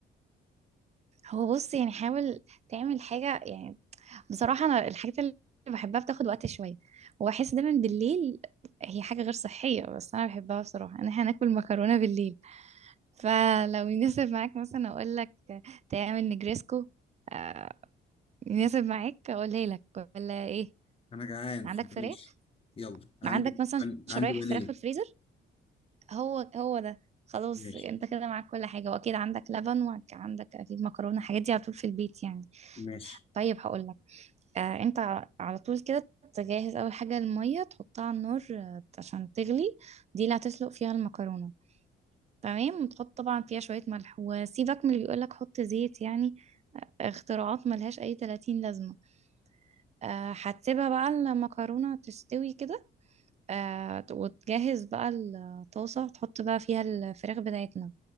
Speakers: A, on the right; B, on the left.
A: هو بص يعني حاول تعمل حاجة يعني بصراحة أنا الحاجات اللي بحبها بتاخد وقت شوية وأحس دايما بالليل هي حاجة غير صحية بس أنا بحبها بصراحة إن إحنا ناكل مكرونة بالليل فلو يناسب معاك مثلا أقول لك تعمل نجريسكو آه، يناسب معاك أقولها لك ولا إيه
B: انا جعان
A: عندك
B: فماشي
A: فراخ
B: يلا عندي
A: عندك مثلا
B: عندي
A: شرايح
B: عندي بانيه
A: فراخ في الفريزر هو هو ده خلاص
B: ماشي
A: انت كده معاك كل حاجة واكيد عندك لبن وعندك اكيد مكرونة الحاجات دي على طول في البيت يعني
B: ماشي
A: طيب هقول لك آه انت ع- على طول كده تجهز اول حاجه الميه تحطها على النار آه، عشان تغلي دي اللي هتسلق فيها المكرونه تمام وتحط طبعا فيها شويه ملح وسيبك من اللي بيقولك حط زيت يعني اختراعات ملهاش اي 30 لازمه آه هتسيبها بقى المكرونه تستوي كده آه وتجهز بقى الطاسه تحط بقى فيها الفراخ بتاعتنا